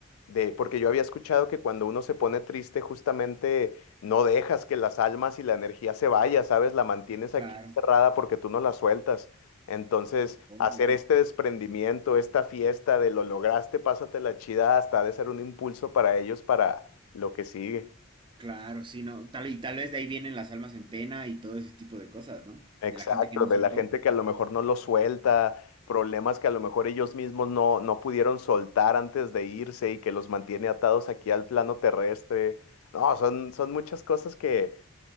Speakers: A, on the left; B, on the right.
A: de, porque yo había escuchado que cuando uno se pone triste, justamente no dejas que las almas y la energía se vaya, ¿sabes? La mantienes aquí
B: claro.
A: cerrada porque tú no la sueltas. Entonces,
B: Oh.
A: hacer este desprendimiento, esta fiesta de lo lograste, pásatela chida, hasta ha de ser un impulso para ellos para lo que sigue.
B: Claro, sí, no. Tal y tal vez de ahí vienen las almas en pena y todo ese tipo de cosas, ¿no?
A: Exacto,
B: De la gente que no
A: de
B: soltó.
A: la gente que a lo mejor no lo suelta, problemas que a lo mejor ellos mismos no, no pudieron soltar antes de irse y que los mantiene atados aquí al plano terrestre. No, son, son muchas cosas que,